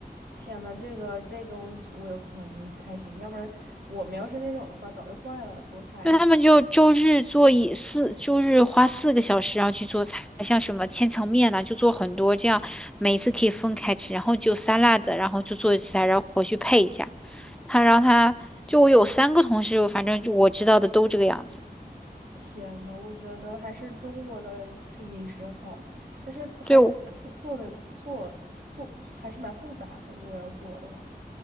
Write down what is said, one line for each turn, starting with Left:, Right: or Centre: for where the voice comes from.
Right: 天呐，这个这个我我有可能不太行，要不然我们要是那种的话早就坏了，做菜。
Centre: 那他们就周日做一四，周日花四个小时，然后去做菜，像什么千层面呐、就做很多，这样每一次可以分开吃，然后就沙拉的，然后就做一次菜，然后回去配一下。他，然后他就我有三个同事，反正就我知道的都这个样子。
Right: 天呐，我觉得还是中国的就是饮食好，但是还是蛮复做的做做还是蛮复杂的，
Centre: 对，我
Right: 如果要做的话。<laughs>